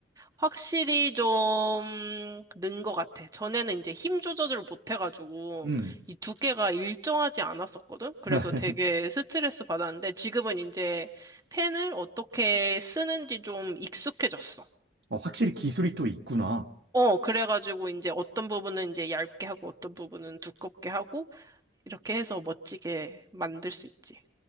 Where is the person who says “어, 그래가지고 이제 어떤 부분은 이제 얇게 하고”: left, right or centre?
Right